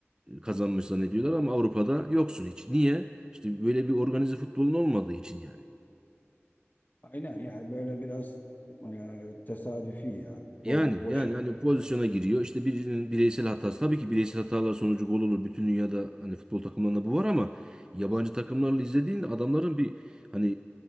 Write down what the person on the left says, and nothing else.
Aynen yani böyle biraz e, tesadüfi yani.
Doldur boşalt.